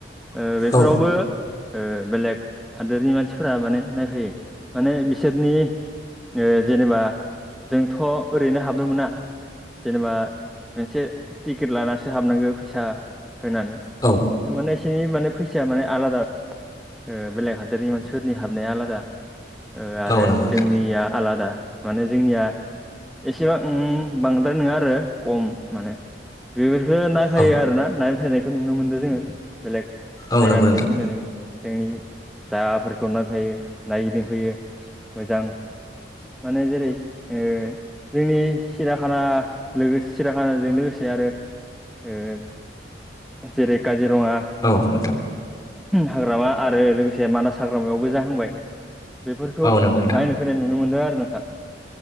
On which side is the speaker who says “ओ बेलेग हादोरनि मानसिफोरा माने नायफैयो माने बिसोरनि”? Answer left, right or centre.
Centre